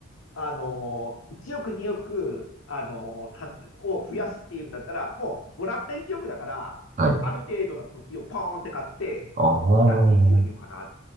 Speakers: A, on the left (about 70°); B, on the right (about 35°).
A: あの1億、2億、あのたを増やすっていうんだったら、もう、もらった1億だから、
B: はい。
A: もう、ある程度の土地をポーンって買って、
B: ああ。
A: 家賃収入かなっ